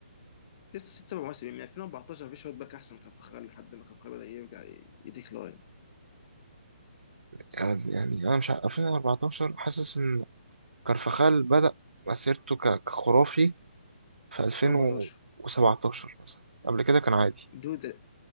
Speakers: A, on the left (about 35°); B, on the right (about 80°).
A: لسه ست سبع مواسم من 2014 في شويه باك احسن كان فخري لحد ما كان فخري بدا يرجع ي- يديكلاين
B: يعني يعني أنا مش عارف 2014 حاسس إن كارفاخال بدأ مسيرته ك- كخرافي في 2017
A: 2014
B: مثلا قبل كده كان عادي
A: دود دود